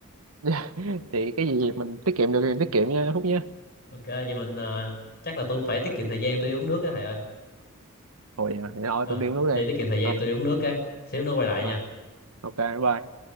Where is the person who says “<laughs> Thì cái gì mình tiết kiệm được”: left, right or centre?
Right